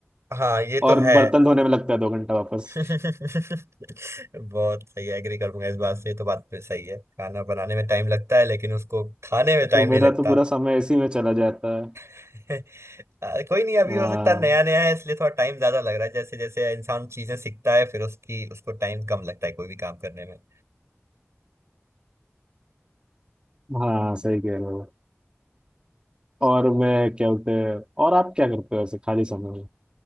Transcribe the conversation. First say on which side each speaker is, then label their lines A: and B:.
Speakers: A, on the right (about 75°); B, on the right (about 20°).
A: हाँ ये तो
B: और
A: है
B: बर्तन धोने में लगता है दो घंटा वापस
A: <laughs> बहुत सही एग्री करूंगा इस बात से ये तो बात पे सही है खाना बनाने में टाइम लगता है लेकिन उसको खाने में टाइम
B: तो मेरा
A: नहीं लगता
B: तो पूरा समय इसी में चला जाता है
A: <laughs> आ, कोई नहीं अभी
B: हाँ
A: हो सकता है नया नया है इसलिए थोड़ा टाइम ज्यादा लग रहा है जैसे जैसे इंसान चीजें सीखता है फिर उसकी उसको टाइम कम लगता है कोई भी काम करने में
B: हाँ सही कह रहे हो और मैं क्या बोलते हैं और आप क्या करते हो ऐसे खाली समय में